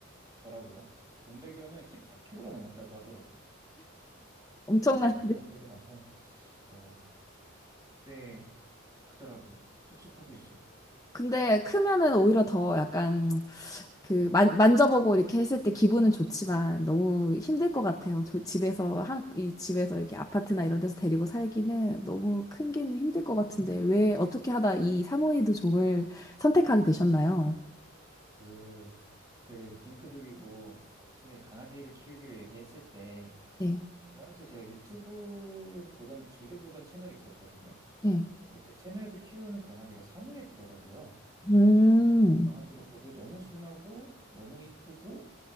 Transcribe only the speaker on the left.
엄청난데.
근데 크면은 오히려 더 약간 그 만, 만져보고 이렇게 했을 때 기분은 좋지만 너무 힘들 것 같아요. 저 집에서 한, 이 집에서 이렇게 아파트나 이런 데서 데리고 살기는 너무 큰 게 힘들 것 같은데 왜 어떻게 하다 이 사모예드 종을 선택하게 되셨나요?
네.
네.
음.